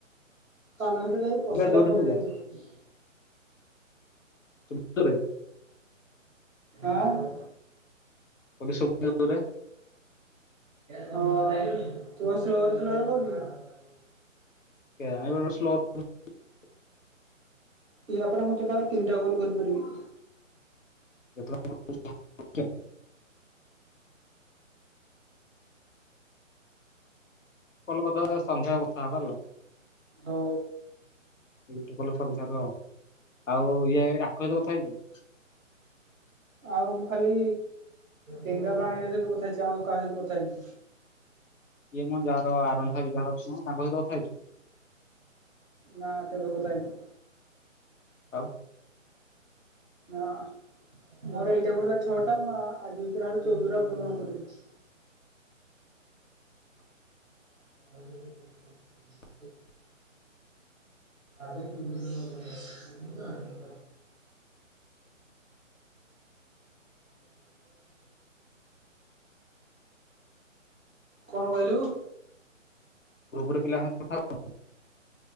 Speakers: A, in the centre; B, on the left.
A: କାନ ଭିତରେ ଯାଇଁ
B: ଶୁଭିଲା
A: ପସିଲା
B: ଜୋରେ
A: ପରେ
B: ଶୁଭିଲା
A: ଯାଇ ଶୁଭୁଛି।
B: ଶୁଭିଲା ଜୋରେ
A: ଆଁ।
B: <unintelligible> ଦୂରେ।
A: ହଁ <unintelligible> ସ୍ଲୋର ସ୍ଲୋର କହୁଛୁ କି?
B: କେଜାଣି ବେଳେବେଳେ ସ୍ଲୋ <inaudible>
A: ୟାପରେ ମୁଁ ତତେ ଆଉ ତିନଟା କଲ କରିପାରିବି।
B: <inaudible> କଲ୍ କରଦବା ତାପରେ ସନ୍ଧ୍ୟାବେଳେ କଥା ହେବା ଆଉ।
A: ହଉ।
B: ଏଇ ଗୋଟେ କଲ ସରୁ ସାର ଆଉ ଇଏ ଆଙ୍କ ସହିତ କଥା ହେଇଛୁ।
A: ଆଉ ମୁଁ ଖାଲି ଡେଙ୍ଗା ପାଣୀର ସହିତ କଥା ହେଇଛି ଆଉ କାହା ସହିତ କଥା ହେଇନି।
B: ଇଏ ମୋ ଯାହାର ଆରନ୍ ଫାଇଫ ବି ଯାହାର ଅଛି ତାଙ୍କ ସହିତ କଥା ହେଇଛୁ?
A: ନା କେବେ କଥା ହେଇନି।
B: ଆଉ?
A: ନା ମୋର ଏଇଟାକୁ ହେଲା ଛଅଟା ମା ଆଜି ଭିତରେ ଆହୁରି ଚଉଦଟା ପୂରଣ କରିବି। <unintelligible>
B: <inaudible>
A: ଆଜି <unintelligible> <inaudible> କଣ କହିଲୁ?
B: ଗ୍ରୁପରେ ପିଲାଙ୍କ ସାଙ୍ଗରେ କଥା ହେଉନୁ।